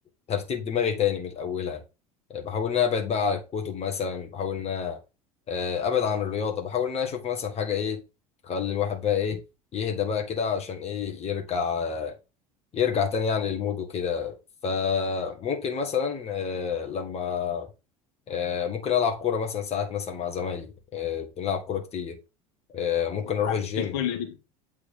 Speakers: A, on the left; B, on the left.
A: ترتيب دماغي تاني من الاولها آه، بحاول ان انا ابعد بقى على الكتب مثلا بحاول ان انا آه، ابعد عن الرياضه بحاول ان انا اشوف مثلا حاجه ايه تخلي الواحد بقى ايه يهدى بقى كده عشان ايه يرجع يرجع تاني يعني للمود وكده فممكن مثلا آه، لما آه، ممكن ألعب كورة مثلا ساعات مثلا مع زمايلي آه، بنلعب كورة كتير آه، ممكن
B: <laughs>
A: أروح الجيم
B: في الكل